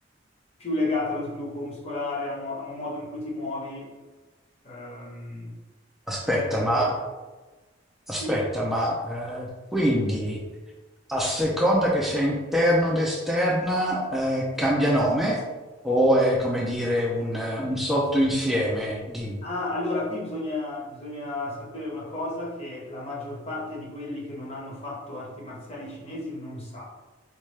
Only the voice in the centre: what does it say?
aspetta,
ma,
aspetta, ma, eh, quindi a seconda che sia interno ed esterna, eh, cambia nome o è come dire un, un sottoinsieme di...